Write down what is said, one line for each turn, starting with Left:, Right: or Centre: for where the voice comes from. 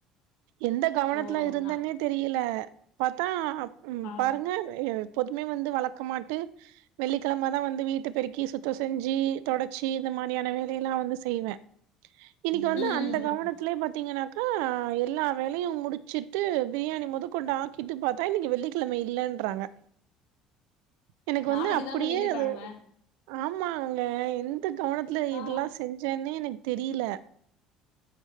Right: எந்த கவனத்ல
Left: ஓ!
Right: இருந்தன்னே
Left: நா
Right: தெரியில பாத்தா க்
Left: ஆ
Right: பாருங்க எப்போதுமே வந்து வளக்க மாட்டு வெள்ளிக்கெழமதா வந்து வீட்டப் பெருக்கி சுத்தோ செஞ்சி தொடச்சி இந்த மானியான வேலயெல்லா வந்து செய்வே இன்னைக்கு வந்து
Left: ம்,
Right: அந்த
Left: ம், ம்.
Right: கவனத்லே பாத்தீங்கினாக்கா ஆ எல்லா வேலையும் முடிச்சிட்டு பிரியாணி மொதக் கொண்டு ஆக்கிட்டு பாத்தா இன்னைக்கி வெள்ளிக்கெழம இல்லன்றாங்க எனக்கு வந்து
Left: நாளைக்கு
Right: அப்டியே
Left: தாங்க வெள்ளிக்கிழம.
Right: அது ஆமாங்க எந்த கவனத்ல இதுலா
Left: ஆ
Right: செஞ்சேன்னே எனக் தெரியில